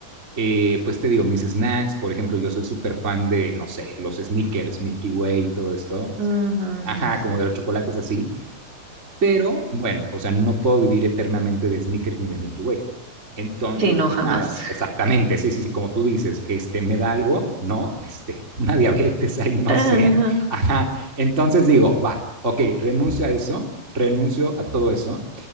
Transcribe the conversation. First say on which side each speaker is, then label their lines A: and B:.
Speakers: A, on the right; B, on the right.
A: eh, pues te digo, mis snacks, por ejemplo, yo soy súper fan de, no sé, los Snickers Milky Way, todo esto, o
B: Ujú,
A: sea, ajá,
B: ujú.
A: como de los chocolates así, pero bueno, o sea, no puedo vivir eternamente de Snickers ni de Milky Way. Entonces,
B: Sí, no,
A: pues
B: jamás.
A: nada, exactamente, sí, sí, sí, como tú dices, este, me da algo, ¿no? Este, <laughs> una diabetes ahí, no
B: <laughs>
A: sé. Ajá, entonces digo, va, ok, renuncio a eso, renuncio a todo eso